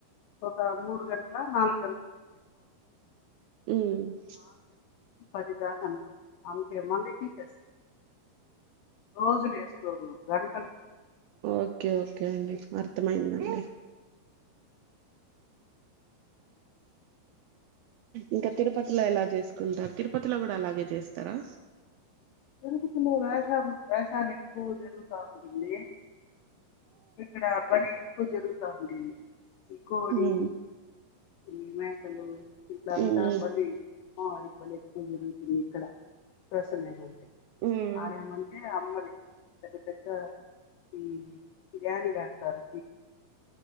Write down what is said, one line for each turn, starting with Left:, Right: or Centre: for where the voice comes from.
Left: ఒక మూడు గంట లేదా నాలు
Right: ఉమ్
Left: పదిదా అనుకో అంతే మళ్లీ తీసేస్తారు రోజులులేసుకోరూ గరి
Right: ఓకే ఓకే అండి అర్థమైందండి ఇంకా తిరుపతిలో ఎలా చేసుకుంటారు తిరుపతిలో కూడా అలాగే చేస్తారా
Left: తిరుపతిలో వేషాలు వేషాలు ఎక్కువ జరుగుతా ఉంటుంది ఇక్కడ బలి ఎక్కువ జరుగుతా ఉంటుంది ఇంకోది
Right: ఉమ్
Left: ఈ మేకలు ఇలా అంతా
Right: ఉమ్
Left: బలి అ భలే జరు ఇక్కడ ప్రస <unintelligible>
Right: ఉమ్
Left: ఆడేమంటే అమ్మది పెద్ద పెద్ద ఈ గాని గాస్తారు